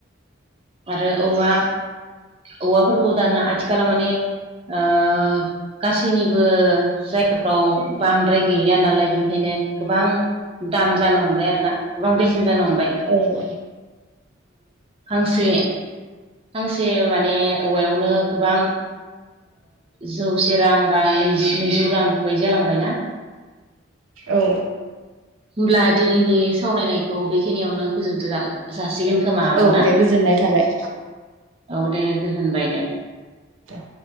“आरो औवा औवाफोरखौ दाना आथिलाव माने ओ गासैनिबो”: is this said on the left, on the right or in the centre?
Right